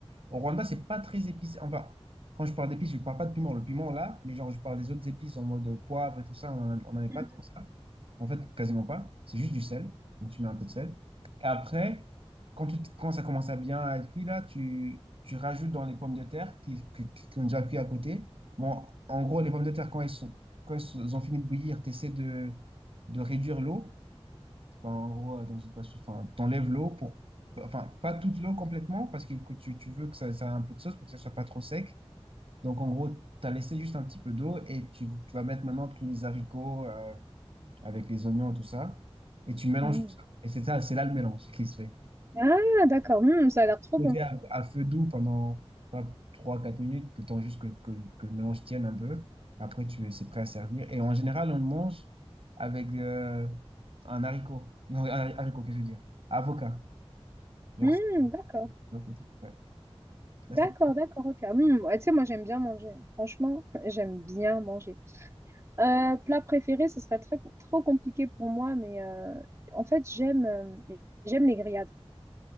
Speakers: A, on the right; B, on the right.
A: au Rwanda, c'est pas très épicé. Enfin, quand je parle d'épices, je parle pas de piment. Le piment, là, mais genre, je parle des autres épices en mode poivre et tout ça, on n'en on n'en met pas
B: Mhm.
A: tant que ça. En fait, quasiment pas. C'est juste du sel. Donc, tu mets un peu de sel. Et après, quand, tu, quand ça commence à bien être cuit, là, tu, tu rajoutes dans les pommes de terre qui, qui, qui ont déjà cuit à côté. Bon, en gros, les pommes de terre, quand elles sont, quand elles sont- elles ont fini de bouillir, tu essaies de, de réduire l'eau. Enfin, en gros, euh, dans une poisson- enfin, t'enlèves l'eau pour, enfin, pas toute l'eau complètement parce que tu, tu veux que ça, ça ait un peu de sauce pour que ça soit pas trop sec. Donc, en gros, tu as laissé juste un petit peu d'eau et tu, tu vas mettre maintenant tous les haricots. euh, avec les oignons et tout ça, et tu mélanges
B: Hmm.
A: tout ça. Et c'est ça, c'est là le mélange qui se fait.
B: Ah, d'accord. Hmm, ça a l'air trop
A: Sauter
B: bon.
A: à, à feu doux pendant trois quatre minutes, le temps juste que, que, que le mélange tienne un peu. Après, tu c'est prêt à servir. Et en général, on le mange avec euh, un haricot. Non, un hari- haricot, qu'est-ce que je veux dire? Avocat. Genre,
B: Hmm,
A: ça.
B: d'accord.
A: Ouais. Ça,
B: D'accord,
A: c'était-
B: d'accord, ok. Hmm, ouais, tu sais, moi, j'aime bien manger. hein. Franchement, <laughs> j'aime bien manger. Euh, plat préféré, ce serait très, trop compliqué pour moi, mais euh, en fait, j'aime euh, j'aime les grillades.